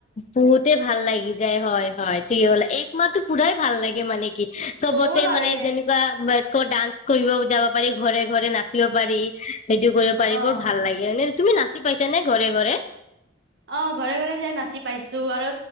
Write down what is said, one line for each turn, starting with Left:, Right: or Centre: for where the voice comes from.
Left: বহুতে ভাল লাগি যায় হয় হয় হল এক মাহতো পুৰাই ভাল লাগে মানে কি? চবতে
Right: বহুত ভাল
Left: মানে
Right: লাগে
Left: যেনেকুৱা ডান্স কৰিব যাব পাৰি ঘৰে ঘৰে নাচিব পাৰি। সেইটো কৰিব
Right: অ
Left: পাৰিব ব ভাল লাগে হয় নে? তুমি নাচি পাইছা নে ঘৰে ঘৰে
Right: অ ঘৰে ঘৰে যাই নাচি পাইছো আৰু